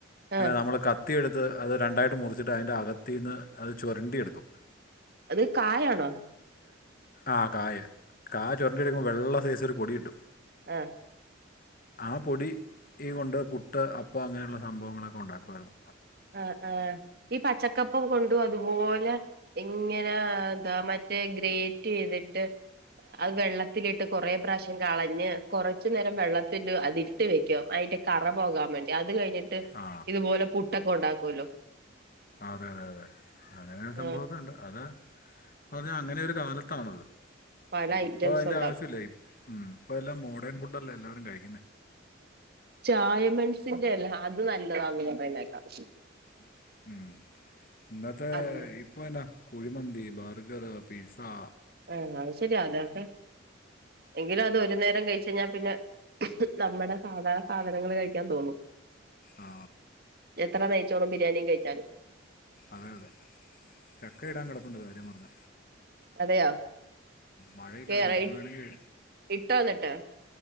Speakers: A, on the right; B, on the left.
A: ആഹ്
B: നമ്മള് കത്തി എടുത്ത് അത് അത് രണ്ടായിട്ട് മുറിച്ചിട്ട് അതി്ന്റെ അകത്തു നിന്ന് അത് ചുരണ്ടി എടുക്കും
A: അത് കായണോ
B: ആഹ കായ കാ ചൊരഞ്ഞ എടുക്ക്പോ വെള്ള േസര് പൊടി കട്ടും
A: ആഹ
B: ആ പൊടി കൊണ്ട് പുട്ട് അപ്പ അങ്ങനെയുള്ള സംഭവങ്ങളൊക്കെ ഉണ്ടാക്കുുവമായിരുന്നു
A: ആ ആ ഈ പച്ചക്കപ്പം കൊണ്ട അതുപോലെ ഇങ്ങനെ എന്താ മറ്റേ ഗ്രേറ്റ് ചെയ്തിട്ട് അത് വെള്ളത്തിലിട്ട് കൊറെേ പ്രാവശ്യം കളഞ്ഞ് കൊറച്ച നേരം വെള്ളത്തി അതിരുത്ത് വെക്കും അതിന്റെ കറ പോകാൻ വേണ്ടി അത് കഴിഞ്ഞ ്
B: ആ
A: ഇതുപോലെ പു തൊക്കെ ഉണ്ടാക്കുമല്ലോ
B: അതെ അതെ അതെ അങ്ങനെ ഒരു സംഭവൊക്കെ
A: ആഹ്
B: ഉണ്ട് അതെ പറഞ്ഞ അങ്ങനെയൊ ഒരു കാലത്താണത്
A: പല
B: ഇപ്പൊ
A: ഐറ്റംസ്
B: അതിന്റെ
A: ഉണ്ടാക്കും
B: ആവശ്യമില്ല ഇപ്പ എല്ലാം മോഡേൺ ഫുഡല്ലേ എല്ലാവരും കഴി
A: ചായമെൺസിന്റെ അല്ല അത് നല്ലതാന്ന് പറയുന്നേക്കാം
B: <unintelligible>
A: അതിന്
B: കുഴിമന്തി ബർഗർ പിസ്സാ
A: ആ അത് ശരിയാ അതൊക്കെ എങ്കിലും അത് ഒരു നേരം കഴിച് <unintelligible> പിന്ന ഞാൻ പിന്ന നമ്മടെ സാധാ സാധനങ്ങള് കഴിക്കാൻ തോന്നും
B: ആ
A: എത്ര നെയ്യ്ചോറും ബിരിയാണിയും കഴിച്ചാല്
B: അതെ അതെ ചക്കയിടാൻ കിടപ്പുണ്ട് കാര്യം പറഞ്ഞ
A: അതെയോ
B: മഴയില്ലാതെ
A: <unintelligible>
B: ഇന്ന് വേണമെങ്കിൽ
A: ഇട്ടോ എന്നി ട്ട്